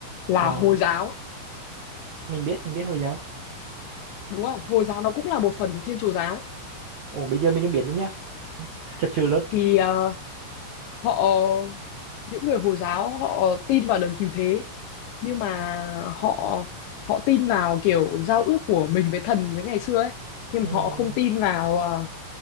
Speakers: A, on the left; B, on the right.
A: là
B: Ờ,
A: Hồi giáo,
B: mình biết mình biết Hồi giáo.
A: đúng không? Hồi giáo nó cũng là một phần của Thiên Chúa giáo.
B: Ồ, bây giờ mình đã biết luôn nhá <laughs> thật sự luôn
A: Thì ờ, họ những người Hồi giáo họ tin vào đấng cứu thế nhưng mà họ họ tin vào kiểu giao ước của mình với thần với ngày xưa ấy nhưng
B: Ừm,
A: mà họ không tin vào ờ,